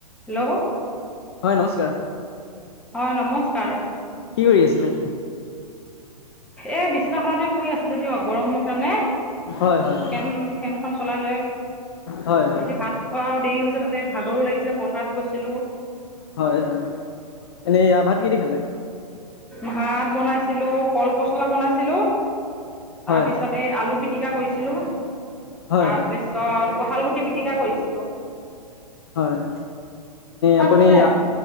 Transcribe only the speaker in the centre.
Hello
হয় নমস্কাৰ।
এ বিচনাখনতে শুই আছিলো দিয়ক গৰমৰ কাৰণে।
ফেন-ফেনখন চলাই লৈ,
আজি ভাত খোৱাও দেৰি হৈছে তাত তাতে ভাগৰো লাগিছে পথাৰত গৈছিলো।
ভাত বনাইছিলো কল পচলা বনাইছিলো, তাৰপিছত
এই আলু পিটিকা কৰিছিলো,
তাৰপিছত
কঠালগুটি পিটিকা কৰিছিলো।
খালে